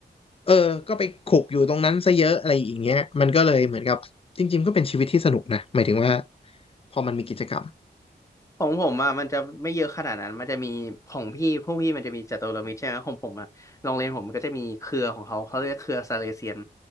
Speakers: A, on the left (about 30°); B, on the left (about 15°).
A: เออก็ไปขลุกอยู่ตรงนั้นซะเยอะอะไรอย่างเงี้ยมันก็เลยเหมือนกับจริงๆก็เป็นชีวิตที่สนุกนะหมายถึงว่าพอมันมีกิจกรรม
B: ของผมอ่ะมันจะไม่เยอะขนาดนั้นมันจะมีของพี่พวกพี่มันจะมีจัตุรมิตรใช่ไหมของผมอ่ะโรงเรียนผมก็จะมีเครือของเขาเขาเรียกเครือซาเลเซียน